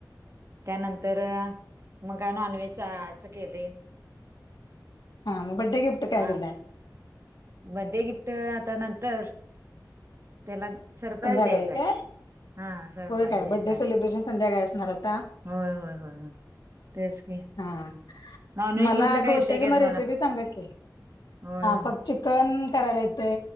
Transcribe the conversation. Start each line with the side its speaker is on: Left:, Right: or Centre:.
Right: त्यानंतर अ, मग का नॉनव्हेज च केलय. <inaudible>
Left: हा, मग बड्डे गिफ्ट काय
Right: हा
Left: दिलंय?
Right: बड्डे गिफ्ट आता नंतर, त्याला सरप्राईज
Left: संध्याकाळी
Right: द्यायच आहे.
Left: काय
Right: हा सरप्राईज
Left: होय काय
Right: द्यायचाय,
Left: बड्डे सेलिब्रेशन संध्याकाळी असणार आता
Right: होय होय होय होय. तेच की.
Left: हा
Right: नॉनव्हेज
Left: मला
Right: मधलं काय
Left: डोश्याची
Right: येतंय काय
Left: म
Right: तुम्हाला
Left: रेसिपी सांगा की,
Right: होय होय
Left: फक ची कन करायला येते,